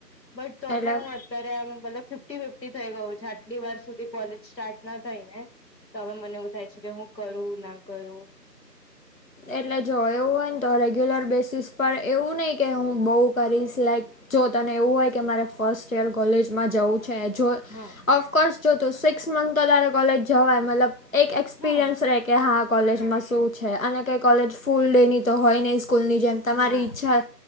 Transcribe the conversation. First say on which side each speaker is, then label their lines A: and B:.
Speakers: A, on the left; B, on the left.
A: બટ તો
B: એટલે
A: પણ હું અત્યારે આમ મતલબ ફિફ્ટી ફિફ્ટી થઈ ગયો છે આટલી વાર સુધ કોલેજ સ્ટાર્ટ ના થાય ને તો હવે મને એવું થાય છે કે હું કરું ના કરું.
B: એટલે જો એવું હોય ને તો રેગ્યુલર બેસીિસ પર એવું નહીં કે હું બહુ કરીશ લાઈક જો તને એવું હોય કે મારે ફર્સ્ટ યર કોલેજમાં જવું છે. જો
A: હા
B: ઓફકોર્સ જો તું સિક્સ મંથ તો તારે કોલેજ જવાય મતલબ. એક એક્સપિરિયન્સ
A: હા
B: રહે કે હા કોલેજમાં શું છે અને. કઈ કોલેજ ફૂલ ડે ની તો હોય નહી સ્કૂલ ની જેમ તમારી
A: ના
B: ઈચ્છા